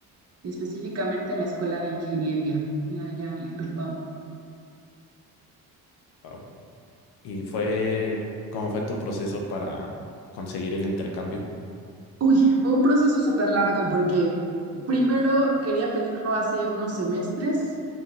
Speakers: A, on the right; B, on the left.
A: específicamente en la Escuela de Ingeniería, y allá en Bilbao.
B: Wao. ¿Y fue, cómo fue tu proceso para conseguir el intercambio?
A: Uy, fue un proceso súper largo porque primero quería pedirlo hace unos semestres